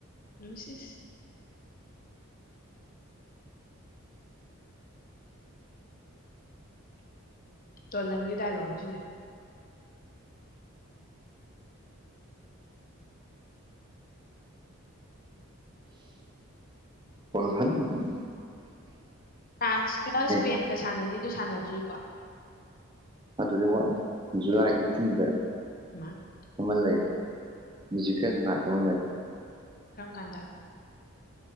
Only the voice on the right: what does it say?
<unintelligible>
ꯑꯦ
ꯑꯗꯨꯗꯤ ꯋꯥꯠꯂꯤ ꯖꯨꯂꯥꯏ ꯑꯩꯠꯇꯤꯟꯗ
ꯀꯃꯜ ꯂꯩꯖꯤꯀꯅ ꯀꯜ ꯂꯩ